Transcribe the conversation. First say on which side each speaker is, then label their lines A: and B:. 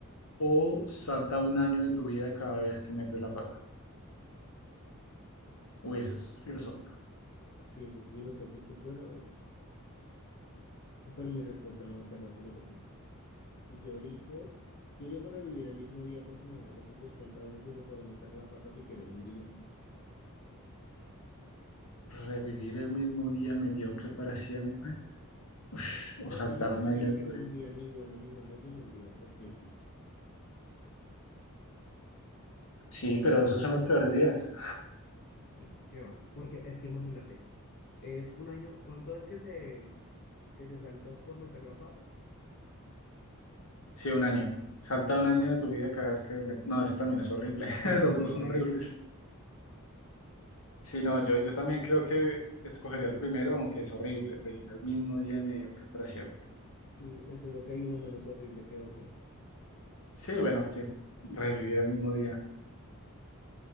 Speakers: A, on the left (about 65°); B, on the left (about 50°).
A: o salta un año de tu vida cada vez que metes la pata? Uy, eso es filosófico.
B: Sí, eso es filosófico, pero, pero mi respuesta no va a estar tan filosófica. Yo elijo, yo elijo revivir el mismo día porque imagínate tú, pues cuántas veces uno puede meter la pata si quiere en un día.
A: ¿Revivir el mismo día mediocre para siempre? Ush, o
B: Pues
A: saltar
B: sí, no significa
A: un año de
B: que
A: tu
B: sea
A: vida.
B: un día ni bueno ni malo, sino un día pues X.
A: Sí, pero esos son los peores días.
B: No, qué va. Porque es que imagínate, es un año. ¿Cuánto es que te, que te saltas por meter la pata?
A: Sí, un año. Salta un año de tu vida cada vez que... me- No, eso también es horrible. <laughs>
B: <laughs> una
A: Los dos son
B: vez
A: horribles. Sí, no, yo, yo también creo que escogería el primero, aunque es horrible, revivir el mismo día mediocre para siempre.
B: Sí, eso es lo que hay uno menos horrible que otro.
A: Sí, bueno, sí, revivir el mismo día.